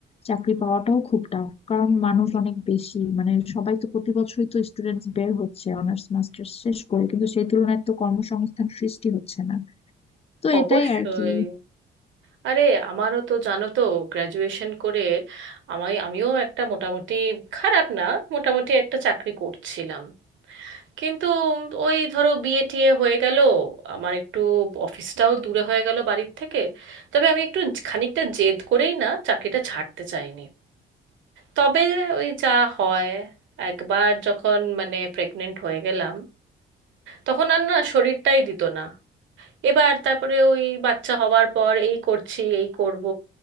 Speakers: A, on the left; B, on the right.
A: চাকরি পাওয়াটাও খুব টাফ কারণ মানুষ অনেক বেশি মানে সবাই তো প্রতি বছরই তো স্টুডেন্টস বের হচ্ছে অনার্স মাস্টার্স শেষ করে কিন্তু সেই তুলনায় তো কর্মসংস্থান সৃষ্টি হচ্ছে না তো
B: অবশ্যই
A: এটাই আর কি
B: আরে আমারও তো জানো তো গ্র্যাজুয়েশন করে আমায় আমিও একটা মোটামুটি খারাপ না মোটামুটি একটা চাকরি করছিলাম কিন্তু ওই ধরো বিয়ে টিয়ে হয়ে গেল আমার একটু অফিসটাও দূরে হয়ে গেল বাড়ির থেকে তবে আমি একটু খানিকটা জেদ করেই না চাকরিটা ছাড়তে চাইনি তবে ওই যা হয় একবার যখন মানে প্রেগনেন্ট হয়ে গেলাম তখন আর না শরীরটাই দিত না এবার তারপরে ওই বাচ্চা হওয়ার পর এই করছি এই করব